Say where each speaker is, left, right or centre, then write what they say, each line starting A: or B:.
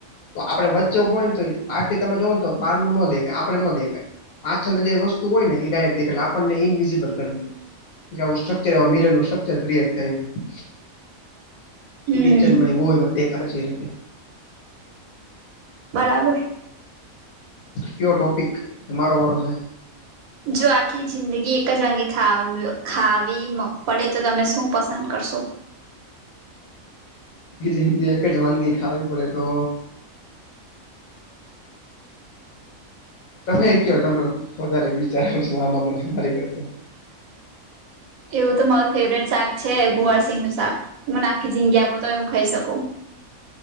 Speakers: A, on the left; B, on the right.
A: તો આપડે વચ્ચેભોય ને તો બાર થી તમે જો ને તો બાર નો દેખાય આપણે નો દેખાય. પાછાને જે વસ્તુ હોય ને ડાયરેક દેખે આપણને ઈનવિઝિબલ કરી દે. આવું સ્ટ્રકચરમીર નું સ્ટ્રક્ચર ક્રિએટ થાય છે.
B: હમ
A: ઈ પિક્ચર માં એવું હોય માં દેખાડે છે એ રીતે.
B: બરાબર.
A: કયો ટોપિક કે મારો વારો છે?
B: જો આખી જિંદગી એક જ વાગે ખાવ ખાવી પડે તો તમે શું પસંદ કરશો?
A: આખી જિંદગી એક જ વાનગી ખાવી પડે તો તમે કે તમે વધારે વિચારવ છો મા બા મને મારી કરતા.
B: એવું તો મારું ફેવરેટ શાક છે ગુવારસિંગ નું શાક. મને આખી જિંદગી આપો તોય હું ખઈ શકું.